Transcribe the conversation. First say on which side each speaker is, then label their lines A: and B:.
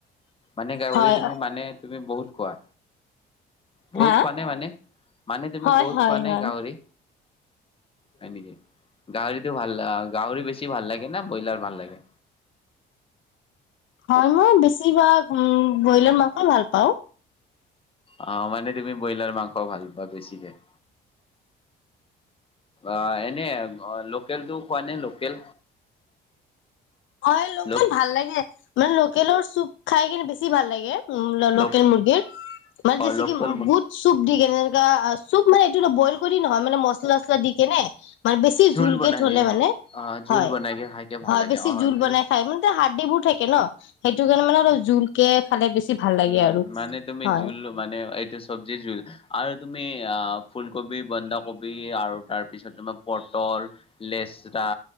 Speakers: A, on the left (about 25°); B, on the left (about 70°).
A: মানে গাহৰি
B: হয়
A: তুমি মানে, তুমি বহুত খোৱা। বহুত
B: হা
A: খোৱা নে মানে, মানে তুমি
B: হয়
A: বহুত
B: হয়
A: খোৱা নে
B: হয়
A: গাহৰি? হয় নেকি, গাহৰিটো ভাল গাহৰি বেছি ভাল লাগে ন ব্ৰইলাৰ ভাল লাগে?
B: হয় মই বেছিভাগ ব্ৰইলাৰ মাংসই ভাল পাওঁ।
A: আহ, মানে তুমি ব্ৰইলাৰ মাংস ভাল পোৱা বেছিকে। অ এনে লোকেল তো খোৱা নে লোকেল?
B: হয় লোকেল
A: লোক
B: ভাল লাগে, মানে লোকেলৰ চু খাই কিনে বেছি ভাল লাগে। উম
A: লোক
B: লোকেল মুৰ্গীৰ, মানে জেচে
A: অ' লোকেল
B: কি বুত চু ঠিক যেনেকা চুপ মানে এইটো ন বইল কৰি ন মানে মচলা অচলা দি কিনে, মানে বেছি
A: জোল
B: জুলকে
A: বনাই
B: ঝলে
A: দিয়ে
B: মানে,
A: অ' জোল
B: হয়,
A: বনাই কে খাইকে ভাল
B: হয়
A: লাগে
B: বেছি
A: অ'
B: জোল
A: তুমি
B: বনাই খাই মানে হাৰ্ডিবোৰ থাকে ন সেইটো কাৰণে মানে অলপ জোলকে খালে বেছি ভাল লাগে
A: উম,
B: আৰু
A: মানে তুমি
B: হয়
A: জোল লবা নে, এইটো চবজি জোল আৰু তুমি ফুলকবি, বন্ধাকবি আৰু তাৰ পিছত তোমাৰ পটল, লেচৰা